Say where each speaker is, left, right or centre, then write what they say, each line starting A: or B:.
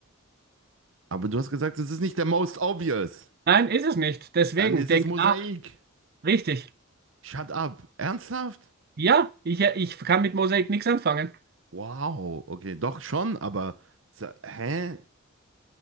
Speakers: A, on the right; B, on the right.
A: Aber du hast gesagt, es ist nicht der most obvious.
B: Nein, ist es nicht. Deswegen,
A: Dann ist
B: denk
A: es Mosaik.
B: nach. Richtig.
A: Shut up. Ernsthaft?
B: Ja, ich, ich kann mit Mosaik nichts anfangen.
A: Wow. Okay, doch schon, aber. sa- Hä?